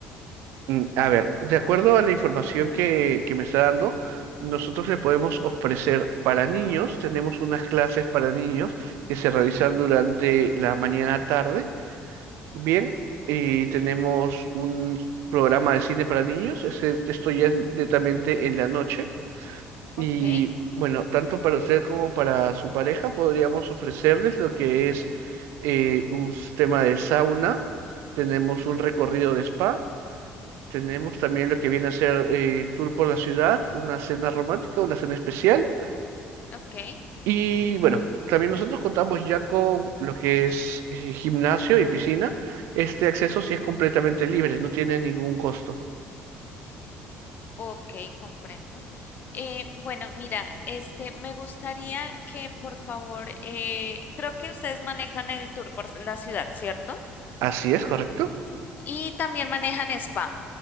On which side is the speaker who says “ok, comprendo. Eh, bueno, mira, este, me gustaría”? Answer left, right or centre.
Left